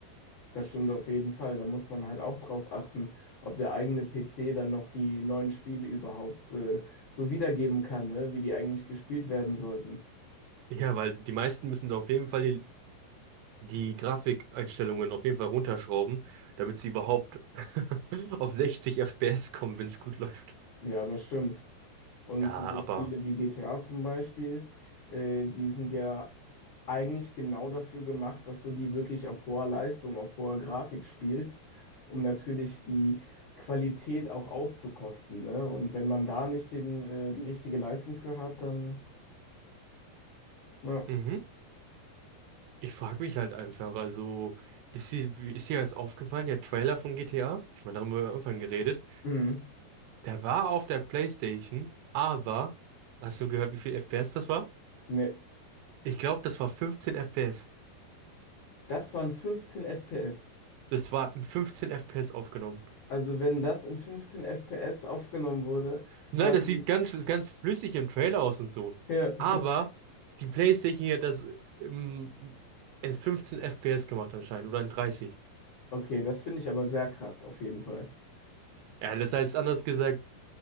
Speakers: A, on the left (about 75°); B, on the right (about 80°).
A: Das stimmt auf jeden Fall. Da muss man halt auch drauf achten, ob der eigene PC dann noch die neuen Spiele überhaupt äh, so wiedergeben kann, ne? Wie die eigentlich gespielt werden sollten.
B: Ja, weil die meisten müssen auf jeden Fall die, die Grafikeinstellungen auf jeden Fall runterschrauben, damit sie überhaupt <laughs> auf 60 FPS kommen, wenn es gut läuft.
A: Ja, das stimmt. Und
B: Ja,
A: so
B: aber
A: Spiele wie GTA zum Beispiel, äh, die sind ja eigentlich genau dafür gemacht, dass du die wirklich auf hoher Leistung, auf hoher Grafik spielst, um natürlich die Qualität auch auszukosten, ne? Und wenn man da nicht den, äh, die richtige Leistung für hat, dann, ja,
B: mhm. Ich frage mich halt einfach, also ist dir, wie- ist dir jetzt aufgefallen, der Trailer von GTA? Ich meine, darüber haben wir am Anfang geredet.
A: mhm.
B: Der war auf der PlayStation, aber hast du gehört, wie viel FPS das war?
A: Nee.
B: Ich glaube, das war 15 FPS.
A: Das waren 15 FPS.
B: Das war in 15 FPS aufgenommen.
A: Also wenn das in 15 FPS aufgenommen wurde,
B: Nein,
A: dann
B: das sieht ganz, ist ganz flüssig im Trailer aus und so.
A: ja.
B: Aber
A: <laughs>
B: die PlayStation hat das im, in 15 FPS gemacht anscheinend oder in 30.
A: Okay, das finde ich aber sehr krass auf jeden Fall.
B: Ja, das heißt anders gesagt,